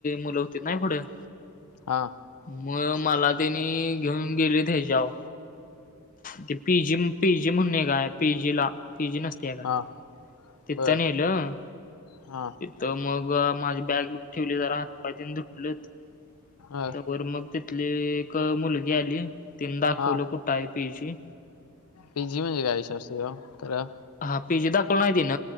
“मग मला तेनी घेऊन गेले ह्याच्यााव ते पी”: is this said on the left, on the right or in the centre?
Left